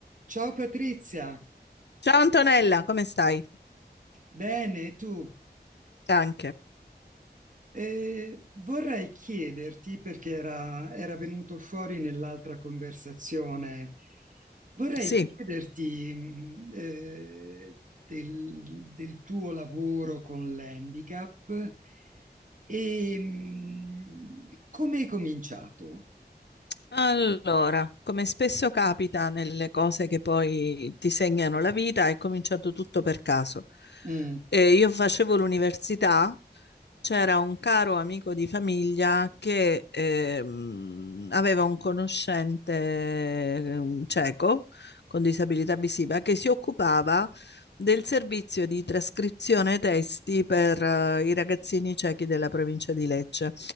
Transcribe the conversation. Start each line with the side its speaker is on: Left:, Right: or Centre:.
Right: Ciao Patrizia,
Left: Ciao Antonella, come stai?
Right: bene tu?
Left: Anche.
Right: Eh, vorrei chiederti, perché era, era venuto fuori nell'altra conversazione, vorrei
Left: Sì.
Right: chiederti mh, eh, del, del tuo lavoro con l'handicap e mh, come hai cominciato?
Left: Allora, come spesso capita nelle cose che poi ti segnano la vita, è cominciato tutto per caso.
Right: Mm,
Left: Eh, io facevo l'università, c'era un caro amico di famiglia che ehm, aveva un conoscente eh, un cieco con disabilità visiva che si occupava del servizio di trascrizione testi per eh, i ragazzini ciechi della provincia di Lecce.